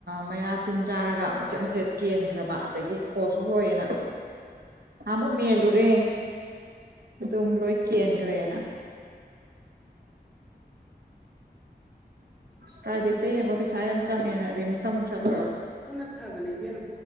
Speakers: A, on the right (about 65°); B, in the centre.
A: ꯃꯌꯥ ꯇꯤꯟ ꯆꯥꯔꯒ ꯃꯆꯦꯠ ꯃꯆꯦꯠ ꯀꯦꯟꯈ꯭ꯔꯕ ꯑꯗꯒꯤ ꯍꯣꯁꯨ ꯍꯣꯏꯌꯦꯅ ꯑꯃꯨꯛ ꯃꯦꯜꯂꯨꯔꯦ ꯑꯗꯨ ꯑꯃꯨꯛ ꯂꯣꯏ ꯀꯦꯟꯒ꯭ꯔ‌ꯦꯅ ꯄ꯭ꯔꯥꯏꯚꯦꯠꯇ ꯌꯦꯡꯕ ꯄꯩꯁꯥ ꯌꯥꯝ ꯆꯪꯉꯦꯅ ꯔꯤꯝꯁꯇ ꯑꯃꯨꯛ ꯆꯠꯂꯨꯔꯕ
B: ꯇꯨꯅ ꯐꯕꯅꯦ ꯏꯕꯦꯝ